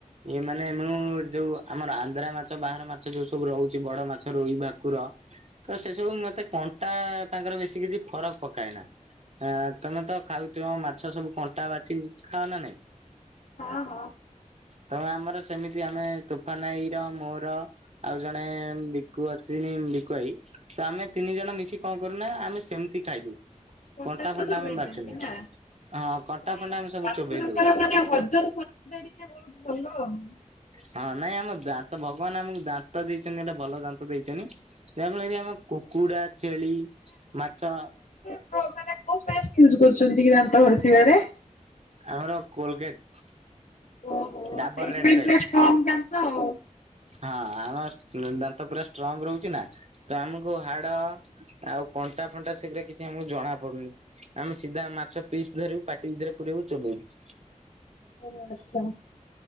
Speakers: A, on the right (about 55°); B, on the left (about 70°).
A: ଏ ମାନେ ମୁଁ ଯୋଉ ଆମର ଆନ୍ଧ୍ରା ମାଛ ବାହାର ମାଛ ଯୋଉ ସବୁ ରହୁଚି ବଡ ମାଛ ରୋହି, ଭାକୁର ତ ସେ ସବୁ ମତେ କଣ୍ଟା ତାଙ୍କର ବେଶୀ କିଛି ଫରକ୍ ପକାଏ ନା। ହଁ ତମେ ତ ଖାଉଥିବ ମାଛ ସବୁ କଣ୍ଟା ବାଛିକି ଖାଅ ନା ନାଇଁ?
B: ହଁ ହଁ।
A: ତ ଆମର ସେମିତି ଆମେ ତୋଫାନ ଆଈ ର ମୋର ଆଉ ଜଣେ ବିକୁ ଅଛିନି ବିକୁଆଇ ତ ଆମେ ତିନି ଜଣ ମିଶିକି କଣ କରୁନା ଆମେ ସେମିତି ଖାଇଦଉ।
B: କଣ୍ଟାସହ
A: କଣ୍ଟା ଫଣ୍ଟା
B: ଚୋବେଇ
A: ଆମେ
B: ଦିଅନ୍ତି
A: ବାଛୁନା
B: ନା ନାଇଁ
A: ହଁ କଣ୍ଟା ଫଣ୍ଟା ଆମେ ସବୁ
B: ଆପ ଆପଣଙ୍କର
A: ଚୋବେଇ ଦଉ
B: ମାନେ ହଜମ ଶକ୍ ଦାନ୍ତ ହେରିକା ବହୁତ ଭଲ ଆଉ।
A: ହଁ ନାଇଁ ଆମ ଦାନ୍ତ ଭଗବାନ ଆମକୁ ଦାନ୍ତ ଦେଇଚନି ଏଟେ ଭଲ ଦାନ୍ତ ଦେଇଚନି। ସେଇଆ ପା ମୁଁ କହିନି ଆମେ କୁକୁଡା, ଛେଳି, ମାଛ।
B: ଆପଣ ମାନେ କୋଉ ପେଷ୍ଟ୍ ୟୁଜ୍ କରୁଚନ୍ତି କି ଦାନ୍ତ ଘସିବାରେ?
A: ଆମର କୋଲଗେଟ୍।
B: ଓହୋ
A: ଡାବର
B: ସେଇଥିପାଇଁ
A: ରେଡ୍ ପେଷ୍ଟ
B: ପୁରା ଷ୍ଟ୍ରଙ୍ଗ ଦାନ୍ତ ଆଉ।
A: ହଁ ଆମ ଦାନ୍ତ ପୁରା ଷ୍ଟ୍ରଙ୍ଗ ରହୁଚି ନା ତ ଆମକୁ ହାଡ ଆଉ କଣ୍ଟା ଫଣ୍ଟା ସେଗୁଡା କିଛି ଆମକୁ ଜଣା ପଡୁନି। ଆମେ ସିଧା ମାଛ ପିସ୍ ଧରିବୁ ପାଟି ଭିତରେ ପୁରେଇବୁ ଚୋବେଇବୁ।
B: ଓ ଆଚ୍ଛା।